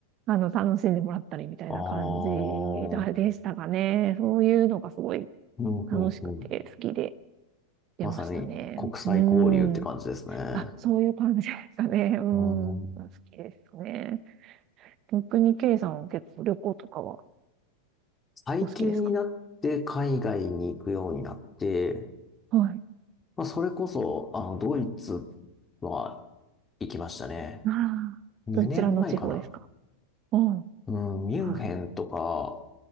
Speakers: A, on the right; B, on the left.
A: あの、楽しんでもらったりみたいな感じでしたかね。
B: ああ。
A: そういうのがすごい
B: うん、うん、
A: 楽しくて好きで
B: うん。
A: 出ましたね。
B: まさに国際交流って感じですね。
A: うん。あ、そういう感じですかね。<laughs> うん。
B: うーん。
A: 好きですね。逆に、ケイさんは結構旅行とかは
B: 最近になって海外に行くようになって、
A: お好きですかあはい。
B: まあ、それこそ、あの、ドイツは行きましたね。
A: ああ、
B: 2年前かな。
A: どちらの地方ですかうん。
B: うん、ミュンヘンとか、
A: はい。